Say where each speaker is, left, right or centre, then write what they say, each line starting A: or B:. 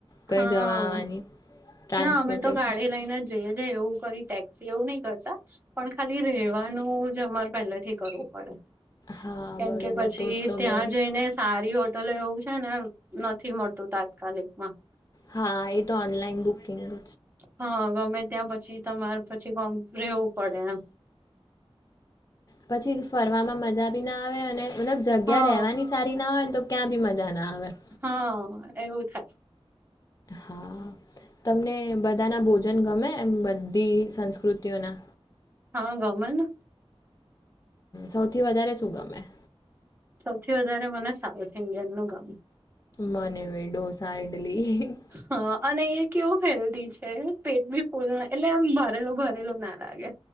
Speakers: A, on the left; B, on the right.
A: કંઈ
B: હા
A: જવા આવવાની ટ્રાન્સપોર્ટેશન
B: ના અમે તો ગાડી લઈને જઈએ છે એવું કદી ટેક્સી એવું નહી કરતા. પણ ખાલી રહેેવાનું જ અમારે પહેલેથી કરવું પડે.
A: હા
B: કેમ
A: બરોબર
B: કે પછી
A: તો જ તો
B: ત્યાં
A: બહુ
B: જઈને સારી હોટલ એવું છે ને નથી મળતું તાત્કાલિક માં
A: હા એ તો ઓનલાઈન બુકિંગ જ
B: હા ગમે ત્યાં પછી તમારે પછીમ રહેવું પડે એમ
A: પછી ફરવામાં મજા ભી ના આવે અને મલબ જગ્યા
B: હા
A: રેવાની સારી ના હોય ને તો ક્યાં બી મજા ના આવે
B: હા એવું થાય
A: હા તમને બધાના ભોજન ગમે એમ બધી સંસ્કૃતિઓના
B: હા ગમેને
A: સૌથી વધારે શું ગમે
B: સૌથી વધારે મને સાઉથ ઇન્ડિયન નું ગમે
A: મનેવી ડોસા ઈડલી
B: હા અને એ કેવું હેલ્ધી છે પેટ બી ફૂલ એટલે એમ ભરેલું ભરેલું ના લાગે.